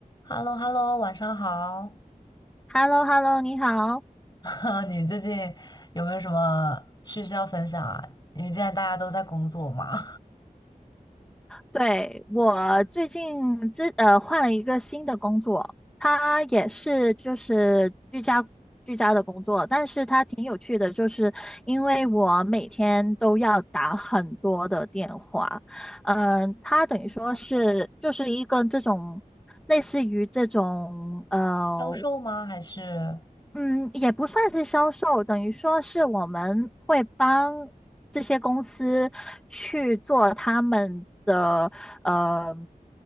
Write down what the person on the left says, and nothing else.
h e l l o h e l l o 晚上好。
<laughs> 你最近有没有什么趣事要分享啊？因为现在大家都在工作嘛，
<laughs> 嗯，销售吗？还是